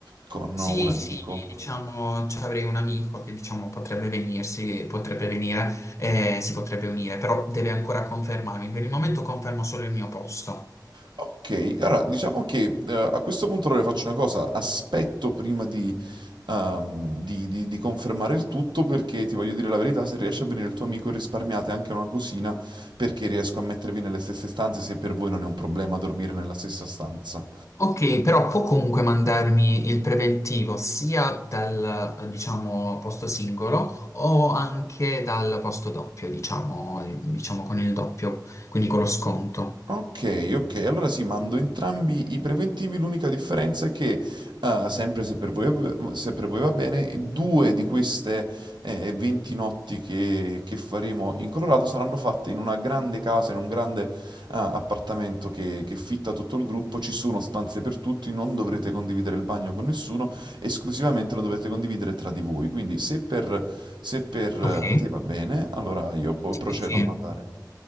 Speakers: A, on the right; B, on the left.
A: con
B: Sì,
A: un amico.
B: sì, diciamo, ci avrei un amico che, diciamo, potrebbe venirsi, potrebbe venire, eh, si potrebbe unire, però deve ancora confermarmi. Per il momento confermo solo il mio posto.
A: Ok, allora diciamo che eh, a questo punto allora faccio una cosa, aspetto prima di, ehm, di- di- di confermare il tutto perché ti voglio dire la verità, se riesce a venire il tuo amico risparmiate anche una cosina perché riesco a mettervi nelle stesse stanze se per voi non è un problema dormire nella stessa stanza.
B: Ok, però può comunque mandarmi il preventivo sia dal, eh, diciamo, posto singolo o anche dal posto doppio, diciamo, il- diciamo con il doppio, quindi con lo sconto.
A: Ok, ok, allora sì, mando entrambi i preventivi, l'unica differenza è che, eh, sempre se per voi, va se per voi va bene, due di queste eh, 20 notti che, che faremo in Colorado saranno fatte in una grande casa, in un grande eh, appartamento che, che fitta tutto il gruppo, ci sono stanze per tutti, non dovrete condividere il bagno con nessuno, esclusivamente lo dovete condividere tra di voi, quindi se per, se per eh,
B: Ok?
A: te va bene, allora io poi
B: Sì,
A: procedo
B: sì,
A: a mandare.